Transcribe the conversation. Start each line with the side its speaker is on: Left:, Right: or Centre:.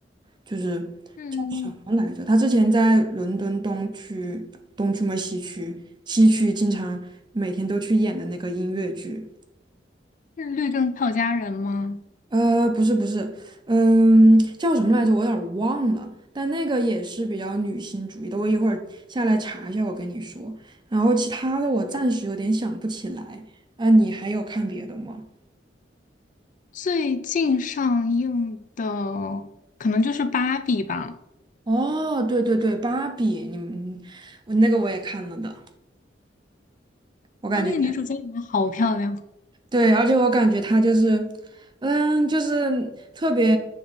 Right: 就是
Left: 嗯，
Right: 什么来着？她之前在伦敦东区东区嘛西区西区经常每天都去演的那个音乐剧。
Left: 是律政俏佳人吗？
Right: 呃，不是不是，嗯，叫什么来着？我有点儿忘了。但那个也是比较女性主义的，我一会儿下来查一下，我跟你说。然后其他的我暂时有点想不起来。啊，你还有看别的吗？
Left: 最近上映的可能就是《芭比》吧。
Right: 哦，对对对，芭比，你们我那个我也看了的，我感觉
Left: 哇，那个女主在里面好漂亮。
Right: <laughs> 对，而且我感觉它就是，嗯，就是特别